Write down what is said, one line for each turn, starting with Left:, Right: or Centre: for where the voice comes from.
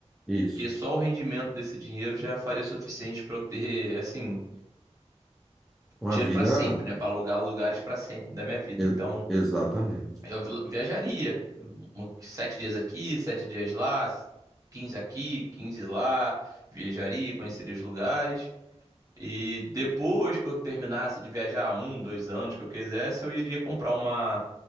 Centre: isso.
Right: Porque só o rendimento desse dinheiro já faria o suficiente pra eu ter, assim.
Centre: Uma
Right: dinheiro
Centre: vida.
Right: pra sempre, né? Pra alugar lugares pra sempre da minha vida.
Centre: e-
Right: Então,
Centre: Exatamente.
Right: eu vi- viajaria. Um- Sete dias aqui, sete dias lá, 15 aqui, 15 lá. Viajaria, conheceria os lugares. E depois que eu terminasse de viajar um, dois anos que eu quisesse, eu iria comprar uma.